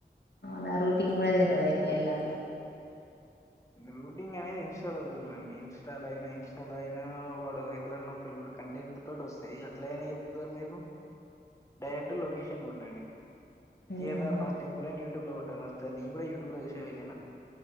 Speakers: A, on the left; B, on the left.
A: నా రూటీన్ కూడాట్ల ఎలా
B: రూటింగ్ అనేది ఇన్స్టాల్ అండి ఇన్స్టాల్ అయినా ఇన్స్టాల్ అయినా వాడు ఎవరన్నా ఇడు కంటెంట్ తోటి వస్తాయి అట్ల అయినా చెప్తారు మీరు డైరెక్ట్ లొకేషన్ కొట్టండి
A: ఊహూ
B: కేదార్నాథ్ టెంపుల్ అని యూట్యూబ్ లో కొట్టను వస్తుంది నేను కూడా యూట్యూబ్ లో చూసే వెళ్ళిన